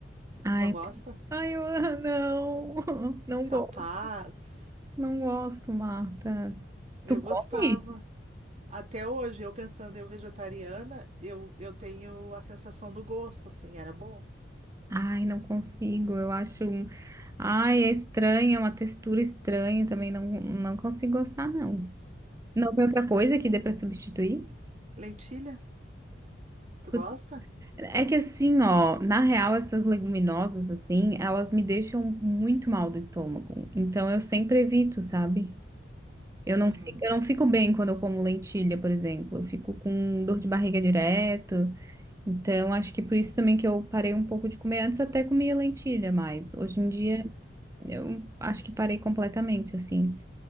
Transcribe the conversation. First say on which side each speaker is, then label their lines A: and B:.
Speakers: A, on the right; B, on the right.
A: Ai,
B: Não gosta?
A: ai, eu, não, <laughs> não
B: Capaz.
A: gosto, não gosto, Marta.
B: Eu
A: Tu
B: gostava.
A: come?
B: Até hoje, eu pensando eu vegetariana, eu, eu tenho a sensação do gosto, assim, era bom.
A: Ai, não consigo. Eu acho. um, Ai, é estranha, é uma textura estranha também. Não, não consigo gostar, não. Não tem outra coisa que dê pra substituir?
B: Lentilha, tu
A: Putz,
B: gosta?
A: É que assim, ó, na real, essas leguminosas, assim, elas me deixam muito mal do estômago. Então eu sempre evito, sabe? Eu
B: Aham.
A: não fico, eu não fico bem quando eu como lentilha, por exemplo. Eu fico com dor de barriga direto. Então acho que por isso também que eu parei um pouco de comer. Antes até comia lentilha mais. Hoje em dia.
B: É.
A: Eu acho que parei completamente, assim.